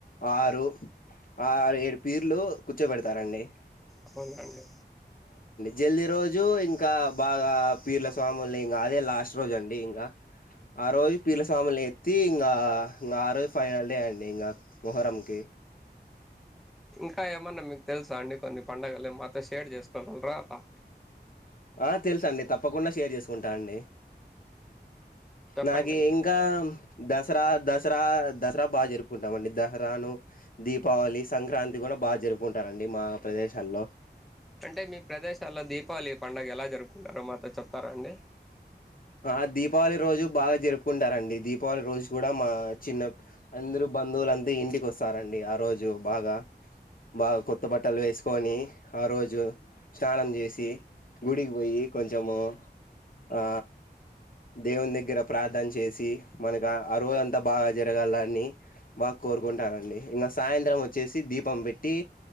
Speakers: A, on the left; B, in the centre.
A: ఆరు ఆరు ఏడు పీర్లు కు ర్చో పెడతారండి
B: అవున్ అండి
A: జర్నీ రోజు ఇంకా బాగా పీర్ల స్వాముల్ని ఇం అదే లాస్ట్ రోజు అండి. ఇంగ ఆ రోజు పీర్ల స్వాముల్ని ఎత్తి ఇంగా ఇం ఆ రోజు ఫైనల్ డే అండి ఇంకా మొహరం కి
B: ఇంకా ఏమన్నా మీకు తెలుసా అండి, కొన్ని పండగలు ఏ మాతో షేర్ చేసుకోగలరా అలా
A: ఆ తెలుస్ అండి, తప్పకుండా షేర్ చేసుకుంటా అండి.
B: చెప్పండండి
A: నాగే ఇంకా దసరా దసరా దసరా బాగా జరుపుకుంటామండి. దసరాను దీపావళి సంక్రాంతి కూడా బాగా జరుపుకుంటారంండి మా ప్రదేశాల్లో
B: అంటే మీ ప్రదేశాల్లో దీపావళి పండుగ ఎలా జరుపుకుంటారో మాతో చెప్తారా అండి.
A: ఆ దీపావళి రోజు బాగ్ జరుపుకుంటారండి దీపావళి రోజు కూడా మా చిన్న అందరు బంధువులంతా ఇంటికి వస్తారండి. ఆ రోజు బాగా, బాగా కొత్త బట్టలు వేసుకొని ఆ రోజు స్నానం చేసి గుడికి పోయి కొంచెము ఆ దేవుని దగ్గర ప్రార్థన చేసి మనకు ఆ రోజ అంతా బాగా జరగాలని బాగా కోరుకుంటానండి, ఇంకా సాయంత్రం వచ్చేసి దీపం పెట్టి,